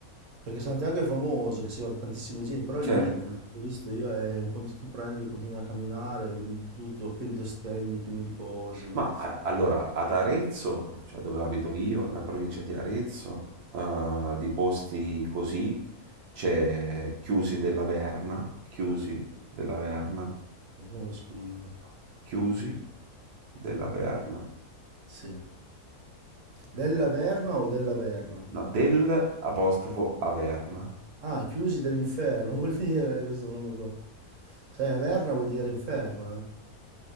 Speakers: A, on the right (about 60°); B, on the right (about 80°).
A: perché Santiago è famoso, che si va tantissima gente, però
B: Certo.
A: lì, l'ho visto io, è un conti tu prendi, continui a camminare, vedi di tutto, pieno di ostelli, pieno di cose, no?
B: Ma a- allora, ad Arezzo, cioè dove abito io, nella provincia di Arezzo, eh, di posti così, c'è Chiusi della Verna, Chiusi della Verna,
A: Come lo scrivo?
B: Chiusi della Verna,
A: Sì. Della Verna o della Verna?
B: no, del apostrofo Averna.
A: Ah, chiusi dell'inferno, <laughs> vuol dire questo nome qua. Sai, Averna vuol dire inferno, eh?